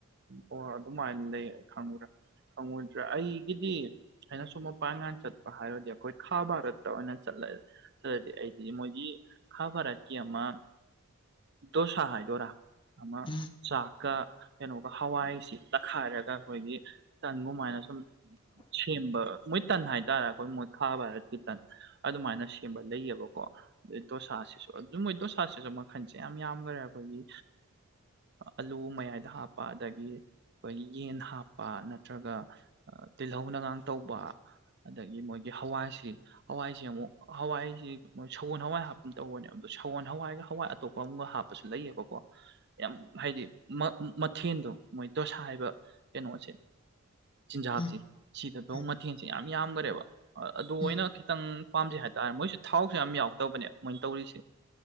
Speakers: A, on the right; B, on the left.
A: ꯑꯣ ꯑꯗꯨꯃꯥꯏꯅ ꯂꯩ ꯑꯩ ꯈꯪꯕ꯭ꯔ ꯈꯪꯉꯣꯏꯗ꯭ꯔꯥ ꯑꯩꯒꯤꯗꯤ ꯑꯩꯅ ꯁꯨꯝ ꯃꯄꯥꯡꯒꯥꯟ ꯆꯠꯄ ꯍꯥꯏꯔꯗꯤ ꯑꯩꯈꯣꯏ ꯈꯥ ꯚꯥꯔꯠꯇ ꯑꯣꯏꯅ ꯆꯠꯂꯦ ꯆꯥꯠꯂꯥꯗꯤ ꯑꯩꯗꯤ ꯃꯣꯏꯒꯤ ꯈꯥꯕꯔꯥꯀꯤ ꯑꯃꯥ ꯗꯣꯁꯥ ꯍꯥꯏ ꯗꯔꯥ ꯑꯃ
B: ꯎꯝ
A: ꯆꯥꯛꯀ ꯀꯩꯅꯣꯒ ꯍꯋꯥꯏꯁꯤ ꯇꯛꯈꯥꯏꯔꯒ ꯑꯩꯈꯣꯏꯒꯤ ꯇꯟꯒꯨꯝꯃꯥꯏꯅ ꯁꯨꯝ ꯁꯦꯝꯕ ꯃꯣꯏ ꯇꯟ ꯍꯥꯏꯇꯥꯔꯦ ꯑꯩꯈꯣꯏ ꯃꯣꯏꯈꯥ ꯚꯥꯔꯠꯀꯤ ꯇꯟ ꯑꯗꯨꯃꯥꯏꯅ ꯁꯦꯝꯕ ꯂꯩꯌꯦꯕꯀꯣ ꯑꯗꯩ ꯗꯣꯁꯥꯁꯤꯁꯨ ꯑꯗꯨꯝ ꯃꯣꯏ ꯗꯣꯁꯥꯁꯤꯁꯨ ꯃꯈꯟꯁꯦ ꯌꯥꯝ ꯌꯥꯝꯈꯔꯦ ꯑꯩꯈꯣꯏꯒꯤ ꯑꯥꯂꯨ ꯃꯌꯥꯏꯗ ꯍꯥꯞꯄ ꯑꯗꯒꯤ ꯑꯩꯈꯣꯏꯒꯤ ꯌꯦꯟ ꯍꯥꯞꯄ ꯅꯠꯇ꯭ꯔꯒ ꯇꯤꯜꯍꯧꯅꯒꯥꯡ ꯇꯧꯕ ꯑꯗꯒꯤ ꯃꯣꯏꯒꯤ ꯍꯋꯥꯏꯁꯤ ꯍꯋꯥꯏꯁ ꯑꯃꯨꯛ ꯍꯋꯥꯏꯁꯤ ꯁꯒꯣꯜ ꯍꯋꯥꯏ ꯍꯥꯞꯄ ꯇꯧꯕꯅꯦꯕꯗꯣ ꯁꯒꯣꯜ ꯍꯋꯥꯏꯒ ꯍꯋꯥꯏ ꯑꯇꯣꯞꯄ ꯑꯃꯒ ꯍꯥꯞꯄ ꯇꯁꯨ ꯂꯩꯌꯦꯕꯀꯣ ꯌꯥꯝ ꯍꯥꯏꯗꯤ ꯃꯊꯦꯜꯗꯣ ꯃꯣꯏ ꯗꯣꯁꯥ ꯍꯥꯏꯕ ꯀꯩꯅꯣꯁꯦ ꯆꯤꯟꯖꯥꯛꯁꯦ
B: ꯎꯝ
A: ꯁꯤꯗꯐꯧ
B: ꯎꯝ
A: ꯃꯊꯦꯡꯁꯦ ꯌꯥꯝ ꯌꯥꯝꯈꯔꯦꯕ ꯑꯗꯨ ꯑꯣꯏꯅ
B: ꯎꯝ
A: ꯈꯤꯇꯪ ꯄꯥꯝꯖꯩ ꯍꯥꯏꯇꯥꯔꯦ ꯃꯣꯏꯁꯨ ꯊꯥꯎꯁꯨ ꯌꯥꯝ ꯌꯥꯎꯛꯇꯕꯅꯦ ꯃꯣꯏꯅ ꯇꯧꯔꯤꯁꯦ